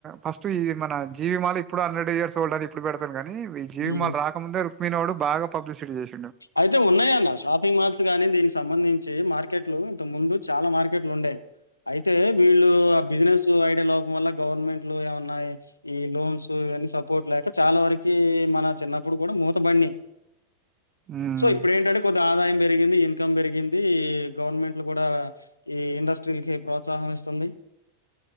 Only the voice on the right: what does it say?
ఫస్ట్ ఇది మన జీవిమాల ఇప్పుడు హండ్రెడ్ ఇయర్స్ ఓల్డ్ అని ఇప్పుడు పెడతాను కదనీ <inaudible> జీవి
మాల్ రా రుక్మిణివాడు బాగా పబ్లిసిటీ చేసి
ఉమ్.